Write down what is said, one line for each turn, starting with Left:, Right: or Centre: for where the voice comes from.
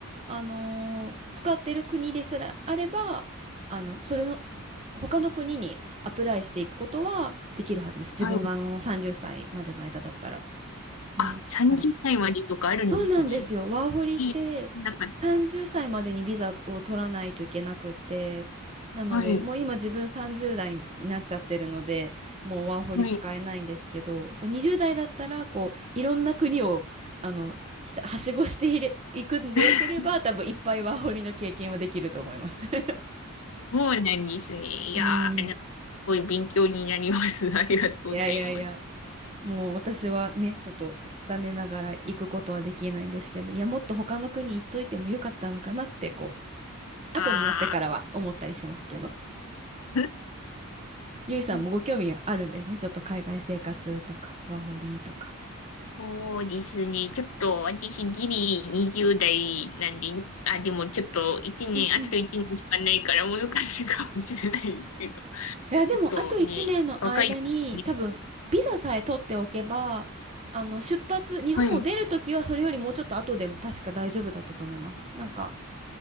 Right: あのー使ってる国ですらあれば、あの、それの、他の国にアプライしていくことはできるはずです。自分があの、
Left: はい。
Right: 30歳までの間だったら。ね。
Left: あ、30歳までとかあるんですね。
Right: だから、そうなんですよ。ワーホリって30歳までにビザを取らないといけなくって、
Left: え、なんか、
Right: なので、
Left: はい。
Right: もう今自分30代になっちゃってるので、もうワーホリ使えないんですけど、
Left: はい。
Right: そう20代だったら、こう、いろんな国を、あの、ひたはしごしていれ、いくんでよければ、
Left: <laughs>
Right: 多分いっぱいワーホリの経験はできると思います。<laughs>
Left: そうなんですね。いやー、
Right: うん。
Left: あのすごい勉強になります。<laughs> ありがとうございます。
Right: <laughs> いやいやいや、もう私はね、ちょっと残念ながら行くことはできないんですけど、いや、もっと他の国行っといてもよかったのかなって、こう、後になってからは思ったりしますけど、
Left: あー、
Right: ゆいさんもご興味あるんですね。
Left: <laughs>
Right: ちょっと海外生活とか、ワーホリとか。
Left: そうですね。ちょっと私ギリ20代なんで、あ、でもちょっと1年、
Right: うんうん。
Left: あと1年しかないから難しいかもしれないですけど。
Right: いや、
Left: ちょっとね、
Right: でも、あと1年の間に、
Left: 若い、ね。
Right: 多分、ビザさえ取っておけば、あの、出発、日本を出るときは、
Left: はい。
Right: それよりもうちょっと後でも確か大丈夫だったと思います。なんか、